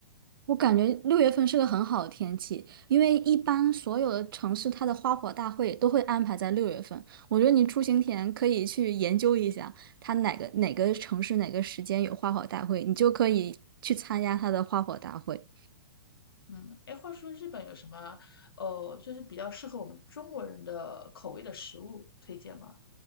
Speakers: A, on the right; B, on the left.
A: 我感觉六月份是个很好的天气，因为一般所有的城市它的花火大会都会安排在六月份。我觉得你出行前可以去研究一下，它哪个哪个城市哪个时间有花火大会，你就可以去参加它的花火大会。
B: 嗯，诶，话说日本有什么呃，就是比较适合我们中国人的口味的食物推荐吗？